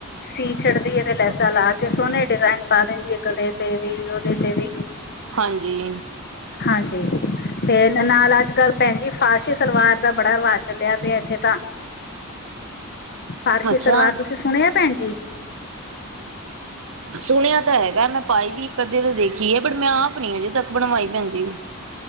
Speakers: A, on the left; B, on the right.
A: ਸੀ ਛੱਡਦੀ ਤੇ ਲੈਸਾ ਲਾ ਕੇ ਸੋਹਣੇ ਡਿਜ਼ਾਇਨ ਪਾ ਦਿੰਦੀ ਹੈ ਗਲੇ ਤੇ ਵੀ ਉਹਦੇ ਤੇ ਵੀ।
B: ਹਾਂਜੀ।
A: ਹਾਂਜੀ, ਤੇ ਨਾਲ ਅੱਜ। ਅਜਕਲ ਭੈਣਜੀ ਫਾਰਸ਼ੀ ਸਲਵਾਰ ਦਾ ਬੜਾ ਰਿਵਾਜ਼ ਚੱਲਿਆ ਪਿਆ ਇੱਥੇ ਤਾਂ। ਫਾਰਸ਼ੀ
B: ਅੱਛਾ
A: ਸਲਵਾਰ ਤੁਸੀਂ ਸੁਣਿਆ ਭੈਣ ਜੀ।
B: ਸੁਣਿਆ ਤਾਂ ਹੈਗਾ ਮੈਂ ਪਾਈ ਵੀ ਇਕ ਅਧੇ ਤੇ ਦੇਖੀ ਹੈ ਪਰ ਮੈਂ ਆਪ ਨੀ ਅਜੇ ਤੱਕ ਬਣਵਾਈ ਭੈਣ ਜੀ।